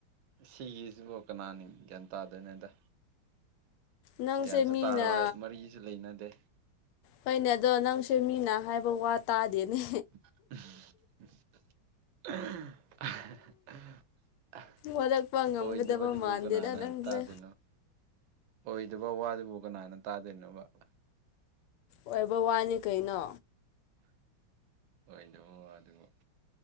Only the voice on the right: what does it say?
ꯁꯤꯒꯤꯁꯤꯕꯣ ꯀꯅꯅꯥ ꯒ꯭ꯌꯥꯟ ꯇꯥꯗꯣꯏꯅꯣꯗ
ꯒ꯭ꯌꯥꯟꯁꯨ
ꯇꯥꯔꯣꯏ ꯃꯔꯤꯁꯨ ꯂꯩꯅꯗꯦ
<unintelligible>
ꯑꯣꯏꯗꯕꯗꯨꯕꯨ
ꯀꯅꯥꯅ
ꯇꯥꯗꯣꯏꯅꯣ ꯑꯣꯏꯗꯕ ꯋꯥꯗꯨꯕꯨ ꯀꯅꯥꯅ ꯇꯥꯗꯣꯏꯅꯣꯕ
ꯍꯣꯏꯗꯕ ꯋꯑꯗꯨꯕꯨ